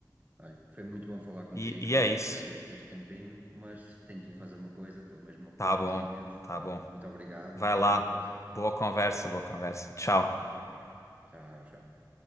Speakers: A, on the right (about 20°); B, on the left (about 40°).
A: olha, foi muito bom falar contigo.
B: e, e é isso,
A: Agradeço este tempinho, mas tenho que ir fazer uma coisa, estou mesmo ocupado
B: tá bom,
A: neste momento.
B: tá
A: Olha,
B: bom,
A: muito obrigado
B: vai
A: e
B: lá,
A: até uma próxima.
B: boa conversa, boa conversa, tchau.
A: Obrigado. Tchau, tchau.